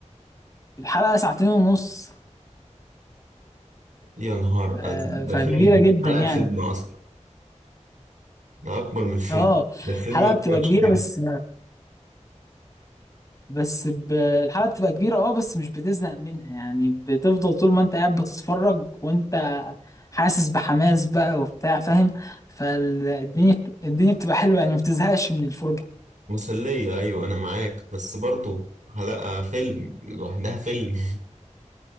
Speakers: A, on the left; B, on the right.
A: الحلقه ساعتين ونص
B: يا نهار
A: آه،
B: أزرق ده
A: فكبيره
B: فيلم
A: جدا
B: حلقة
A: يعني
B: فيلم أصلا ده أكبر من الفيلم
A: اه
B: ده الفيلم
A: الحلقه
B: ما بيقعدش
A: بتبقى كبيره
B: كده
A: بس بس ب... الحلقه بتبقى كبيره اه بس مش بتزهق منها يعني بتفضل طول ما انت قاعد بتتفرج وانت حاسس بحماس بقى وبتاع فاهم فالدنيا الدنيا بتبقى حلوه يعني ما بتزهقش من الفرجه
B: مسلية أيوة أنا معاك بس برضه حلقة فيلم لوحدها فيلم <laughs>